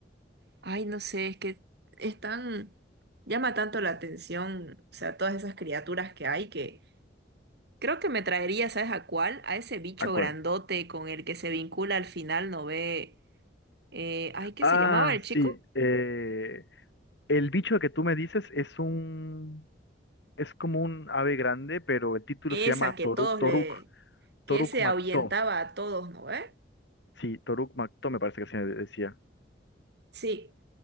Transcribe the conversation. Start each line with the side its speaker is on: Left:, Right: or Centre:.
Right: ay, no sé, es que están, llama tanto la atención, o sea, todas esas criaturas que hay que creo que me traería, ¿sabes a cuál? A ese bicho
Left: De Acuerdo.
Right: grandote con el que se vincula al final, ¿no ve? Eh, ay, ¿qué
Left: Ah,
Right: se llamaba el chico?
Left: sí. eh, el bicho que tú me dices es un, es como un ave grande, pero el título
Right: Esa
Left: se llama
Right: que
Left: Toruk,
Right: todos
Left: Toruk,
Right: le, que
Left: Toruk
Right: ese
Left: Mactó.
Right: ahuyentaba a todos, ¿no ve?
Left: Sí, Toruk Mactó me parece que se decía.
Right: Sí,